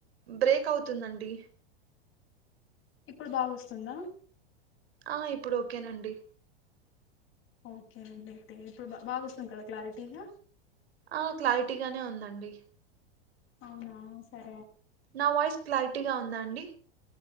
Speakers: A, on the right; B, on the left.
A: బ్రేక్ అవుతుందండి
B: ఇప్పుడు బాగాస్తుందా
A: ఆ ఇప్పుడు ఓకేనండి
B: ఓకే అండి అయితే ఇప్పుడు బా బాగాస్తుంది కదా క్లారిటీగా
A: ఆ క్లారిటీగానే ఉందండి
B: అవునా సర
A: నా వాయిస్ క్లారిటీగా ఉందా అండి